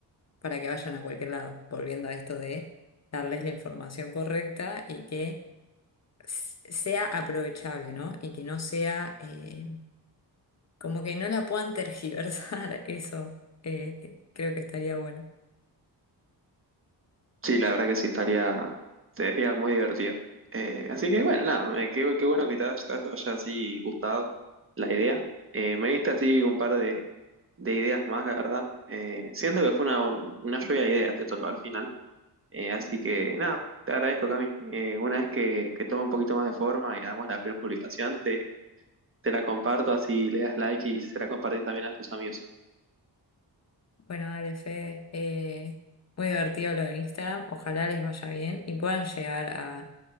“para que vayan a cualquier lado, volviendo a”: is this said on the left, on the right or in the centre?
Left